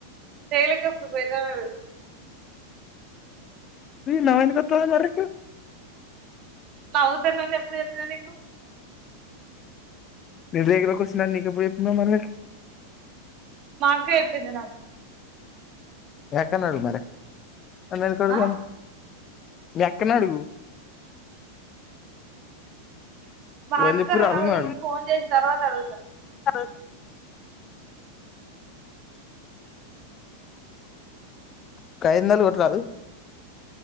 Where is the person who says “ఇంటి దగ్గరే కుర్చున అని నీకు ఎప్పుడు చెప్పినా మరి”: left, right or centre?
Left